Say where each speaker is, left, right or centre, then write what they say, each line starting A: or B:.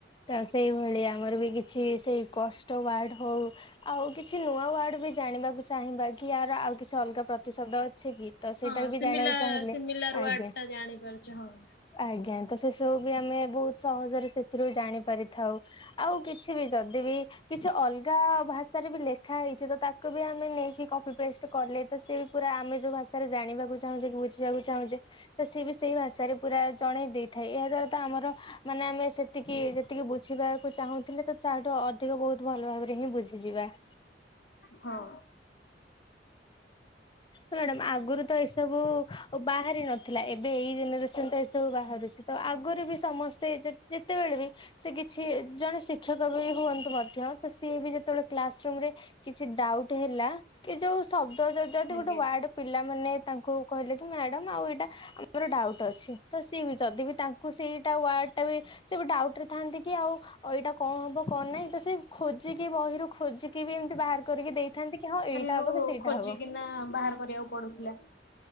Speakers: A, on the left (about 25°); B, on the left (about 60°).
A: ତ ସେଇଭଳି ଆମର ବି କିଛି ସେଇ କଷ୍ଟ ୱାର୍ଡ ହଉ ଆଉ କିଛି ନୂଆ ୱାର୍ଡ ବି ଜାଣିବାକୁ ଚାହିଁ କି ହାର ଆଉ କିଛି ଅଲଗା ପ୍ରତିଶବ୍ଦ ଅଛି। ଅଛି କି ତ ସେଇଟାକୁ
B: ହଁ
A: ବି
B: ସିମିଲାର
A: ଜାଣିବାକୁ ଚାହିଁଲେ
B: ସିମିଲାର
A: ଆଜ୍ଞା।
B: ୱାର୍ଡ ଟା ଜାଣିପାରୁଛି ହଁ।
A: ଆଜ୍ଞା ତ ସେ ସବୁ ବି ଆମେ ବହୁତ ସହଜରେ ସେଥିରୁ ଜାଣି ପାରିଥାଉ, ଆଉ କିଛି ବି ଯଦି ବି କିଛି ଅଲଗା ଭାଷାରେ ବି ଲେଖା ହେଇଚି ତ ତାକୁ ବି ଆମେ ନେଇକି କପି ପେଷ୍ଟ କଲେ ତ ସେ ପୁରା ଆମେ ଯୋଉ ଭାଷାରେ ଜାଣିବାକୁ ଚାହୁଁଛ ବୁଝିବାକୁ ଚାହୁଁଚେ ତ ସିଏ ବି ସେଇ ଭାଷାରେ ପୁରା ଜଣେଇ ଦେଇଥାଏ ଏହା ଦ୍ବାରା ତ ଆମର ମାନେ ଆମେ ସେ ସେତିକି ଯେତିକି ବୁଝିବାକୁ ଚାହୁଁଥିଲେ ତ ତାହାଠୁ ଅଧିକ ବହୁତ ଭଲ ଭାବରେ ହିଁ ବୁଝିଯିବା। <inaudible>
B: ହଁ।
A: ମ୍ୟାଡ଼ାାମ ଆଗରୁ ତ ଏଇସବୁ ବାହାରି ନଥିଲା ଏବେ ଏଇ ଜେନେରେସନ ତ ସବୁ ବାହାରୁଚି ତ ଆଗରୁ ବି ସମସ୍ତେ ଯେତ ଯେତେବେଳେ ବି ସେ କିଛି ଜଣେ ଶିକ୍ଷକ ବି ହୁଅନ୍ତୁ ମଧ୍ୟ ତ ସିଏ ବି ଯେତେବେ କ୍ଲାସ୍ ରୁମରେ କିଛି ଡାଉଟ ହେଲା କି ଯୋଉ ଶବ୍ଦ ଯ ଯଦି ଗୋଟେ
B: ଆଜ୍ଞା
A: ୱାର୍ଡ ପିଲା ମାନେ ତାଙ୍କୁ କହିଲେ କି ମ୍ୟାଡାମ ଆଉ ଏଇଟା ଆମର ଡାଉଟ ଡାଉଟ ଅଛି ତ ସେ ବି ଯଦି ବି ତାଙ୍କୁ ସେଇଟା ୱାଡ ଟା ବି ଡାଉଟ ରେ ଥାନ୍ତି କି ଆଉ ଏଇଟା କଣ ହବ କଣ ନାାଇଁ ତ ସେ ଖୋଜିକି ବହିରୁ ଖୋଜିକି ବି ଏମିତି ବାହାର କରିକି ଦେଇଥାନ୍ତି କି ହଁ ଏଇଟା
B: ଯଉ
A: ହବ କି ସେଇଟା
B: ଖୋଜିିକିନା
A: ହବ
B: ବାହାର କରିବାକୁ ପଡୁଥିଲା।